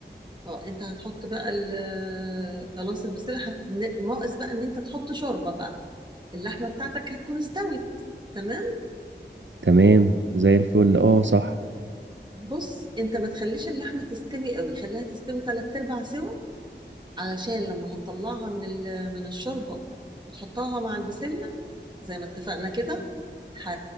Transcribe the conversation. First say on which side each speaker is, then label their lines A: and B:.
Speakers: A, on the right; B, on the right.
A: اه انت هتحط بقى ال- آه، خلاص البسله هت... ناقص بقى ان انت تحط شوربه بقى اللحمه بتاعتك هتكون استوت تمام
B: تمام زي الفل اه صح
A: بص انت ما تخليش اللحمه تستوي قوي خليها تستوي تلات ارباع سوا علشان لما هتطلعها من ال... من الشوربه وتحطها مع البسله زي ما اتفقنا كده ه...